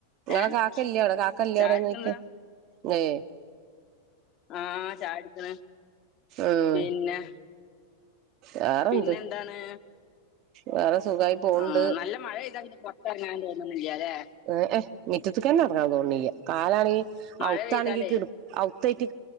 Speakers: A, on the right; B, on the left.
A: ങ്ങളെ
B: ഏഹ്
A: കാക്ക ഇല്ല അവിടെ കാക്ക <unintelligible>
B: ചായ കുടിക്കണതാ
A: ഏയ്
B: ആഹ് ചായക്കുടിക്കണ
A: ഉം
B: പിന്നെ
A: വേറെന്ത്
B: പിന്നെ എന്താണ്
A: വേറെ സുഖായി പോണ്ട്
B: ആഹ് നല്ല മഴ പെയ്താ പുറത്ത് ഇറങ്ങാൻ തോന്നുന്നില്ല അല്ലെ
A: ഏഹ് മിറ്റത്തക്കന്നെ ഇറങ്ങാൻ തോന്നല്ല കാലാണെ
B: മഴ
A: ഔത്താണെങ്കി
B: പെയ്താലേ
A: കി ഔത്തായിട്ട്